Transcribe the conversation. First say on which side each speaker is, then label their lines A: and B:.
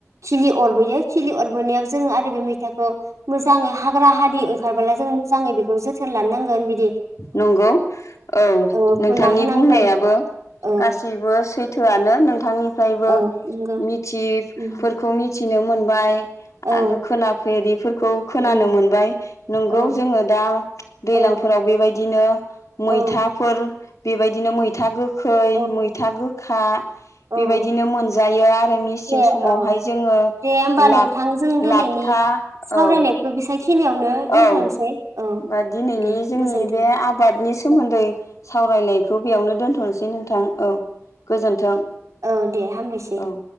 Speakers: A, on the right (about 80°); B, on the left (about 80°).
A: खिलि अरबोयो खिलि अरबोनायाव जोङो आरो बे मैथाखौ मोजाङै हाग्रा हारि ओंखारबोला जों मोजाङै बेखौ जोथ थोन लानो नांगोन बि
B: नंगौ औ
A: ओ
B: नोंथांनि
A: फुना होनांगोन
B: बुंनायाबो
A: औ
B: गासैबो सैथोआनो नोंथांनिफ्रायबो
A: औ नंगौ
B: मिथिफोरखौ
A: उम
B: मि थिनो मोनबाय।
A: औ
B: आरो खोना फेरि औ खोनानो
A: उम
B: मोनबाय। नंगौ
A: औ
B: जोङो दा औ। दैलां
A: औ
B: बेबायदिनो
A: औ
B: मैथाफोर बेबायदिनो मैथा गो खै
A: औ
B: मैथा गोखा
A: औ
B: बेबायदिनो मोनजायो आरो मेसिं
A: दे
B: समावहाय
A: औ
B: जोङो
A: दे होमबा
B: ला
A: नोंथां जों दिनैनि
B: लाबथा
A: सावरायनायखौ
B: औ
A: बेसांखिनियावनो दोनथ'नोसै
B: औ
A: औ
B: बा दिनैनि
A: दे
B: जोंनि
A: गोजोन्थों
B: बे आबादनि सोमोन्दै
A: औ
B: सावरायनायखौ बेयावनो दोन थनोसै नों थां औ गोजोनथों
A: औ दे हामबायसै
B: औ।